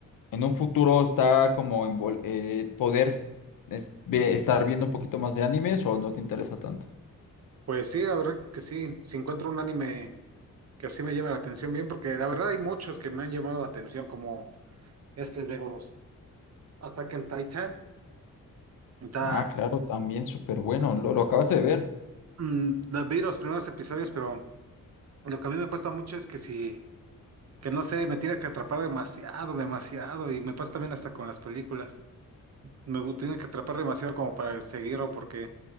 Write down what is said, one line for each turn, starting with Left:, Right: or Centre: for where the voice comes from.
Left: en un futuro está como en vol- eh, poder es- ve- estar viendo un poquito más de animes o no te interesa tanto.
Right: Pues sí, la verdad que sí. Si encuentro un anime que así me llame la atención bien, porque la verdad hay muchos que me han llamado la atención como... este de los Attack on Titan. Está,
Left: Ah, claro, también súper bueno. Lo, lo acabas de ver.
Right: mm, la- vi los primeros episodios, pero lo que a mí me cuesta mucho es que si, que no sé, me tiene que atrapar demasiado, demasiado, y me pasa también hasta con las películas. Me gu- tiene que atrapar demasiado como para seguirlo, porque,